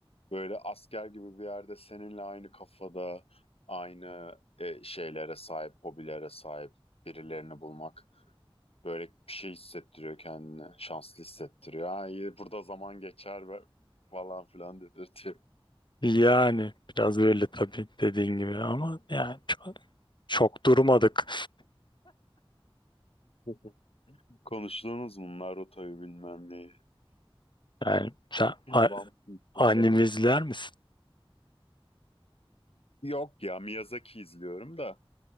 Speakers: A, on the left; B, on the left.
A: Böyle asker gibi bir yerde seninle aynı kafada, aynı e, şeylere sahip, hobilere sahip birilerini bulmak böyle bir şey hissettiriyor kendini. Şanslı hissettiriyor. Ha iyi burada zaman geçer ve falan filan dedirtiyor.
B: Yani biraz öyle tabii dediğin gibi ama yani çok, çok durmadık.
A: <laughs> Konuştuğunuz bunlar rotayı bilmem neyi.
B: Yani sen a-
A: Bump
B: anime
A: falan.
B: izler misin?
A: Yok ya Miyazaki izliyorum da.